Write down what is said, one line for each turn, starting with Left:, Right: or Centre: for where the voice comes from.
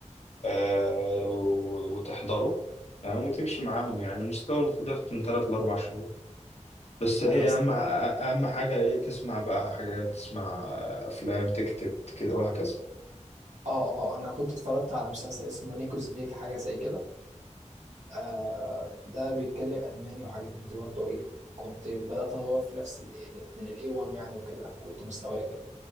Left: آه، و- وتحضره تمام وتمشي معاهم يعني المستوى المفروض ياخد من ثلاث لأربع شهور بس
Right: يعني
Left: ايه اهم اهم حاجة ايه تسمع بقى حاجات تسمع افلام تكتب كده وهكذا
Right: اه اه انا كنت اتفرجت على مسلسل اسمه نيكوز فيك حاجه زي كده آه ده بيتكلم الماني وحاجات من دي برضه ايه كنت بدات ادور في نفس ال من الاي 1 يعني وكده كنت مستوايا كده